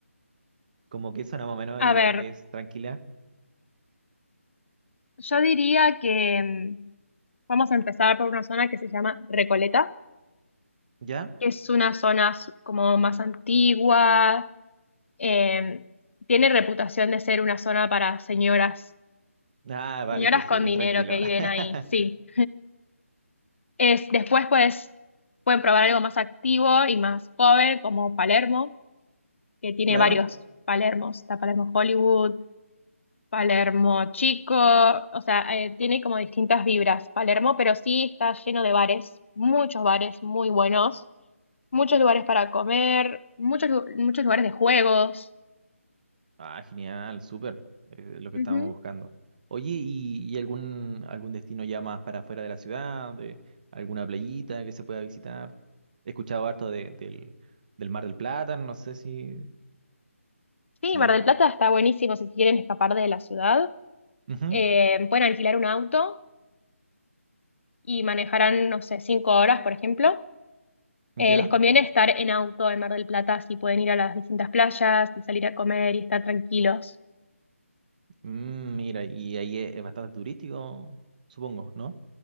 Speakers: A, on the right (about 35°); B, on the left (about 55°).
A: como que zona más o menos
B: a
A: eh,
B: ver,
A: es, tranquila,
B: yo diría que mm, vamos a empezar por una zona que se llama Recoleta,
A: ¿ya?
B: que es una zona s- como más antigua, eh, tiene reputación de ser una zona para señoras,
A: Ah, vale,
B: señoras
A: entonces,
B: con
A: bien
B: dinero
A: tranquilo.
B: que viven ahí,
A: <laughs>
B: sí. Es, después pues pueden probar algo más activo y más joven como Palermo que tiene
A: Claro.
B: varios Palermos. Está Palermo Hollywood, Palermo Chico, o sea, eh, tiene como distintas vibras Palermo, pero sí está lleno de bares, muchos bares muy buenos, muchos lugares para comer, muchos, lu- muchos lugares de juegos.
A: Ah, genial, súper, eh, lo que
B: Ujú.
A: estábamos buscando. Oye, ¿y, y algún, algún destino ya más para afuera de la ciudad, de alguna playita que se pueda visitar? He escuchado harto de, del, del Mar del Plata, no sé si,
B: Sí,
A: si...
B: Mar del Plata está buenísimo si quieren escapar de la ciudad.
A: Ujú,
B: Eh, pueden alquilar un auto y manejarán, no sé, cinco horas, por ejemplo.
A: ¿ya?
B: Eh, les conviene estar en auto en Mar del Plata si pueden ir a las distintas playas y salir a comer y estar tranquilos.
A: Mm, mira, y ahí es es bastante turístico, supongo, ¿no?